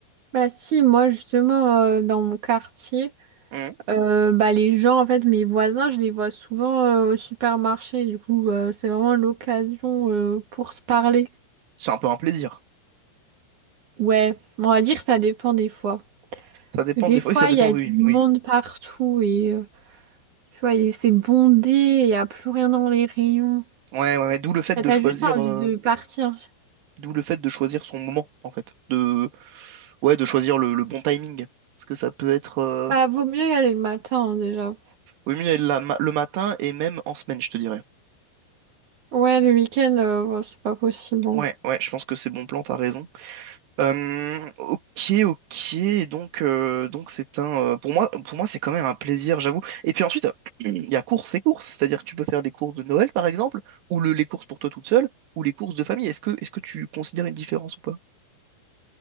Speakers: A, on the right; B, on the right.
A: Bah si, moi justement euh, dans mon quartier.
B: Mhm.
A: Euh, bah, les gens, en fait, mes voisins, je les vois souvent euh, au supermarché. Du coup, euh, c'est vraiment l'occasion euh, pour se parler.
B: C'est un peu un plaisir.
A: Ouais, on va dire que ça dépend des fois.
B: Ça dépend
A: Des
B: des
A: fois,
B: fois. Oui, ça dépend,
A: il y a
B: oui,
A: du
B: oui.
A: monde partout et euh, tu vois, et c'est bondé, il n'y a plus rien dans les rayons.
B: Ouais, ouais, ouais. D'où le fait
A: Et
B: de
A: T'as
B: choisir,
A: juste envie
B: euh,
A: de partir.
B: d'où le fait de choisir son moment, en fait. De Ouais, de choisir le, le bon timing. Parce que ça peut être euh,
A: Bah, vaut mieux y aller le matin, hein, déjà.
B: oui, mieux la ma- le matin et même en semaine, je te dirais.
A: Ouais, le week-end, euh, bon, c'est pas possible. bon.
B: Ouais, ouais, je pense que c'est bon plan, t'as raison. Euh, ok, ok, donc euh, donc c'est un euh, pour moi pour moi c'est quand même un plaisir, j'avoue. Et puis ensuite, <clears throat> il y a courses et courses, c'est-à-dire que tu peux faire les courses de Noël par exemple, ou le- les courses pour toi toute seule, ou les courses de famille. Est-ce que est-ce que tu considères une différence ou pas?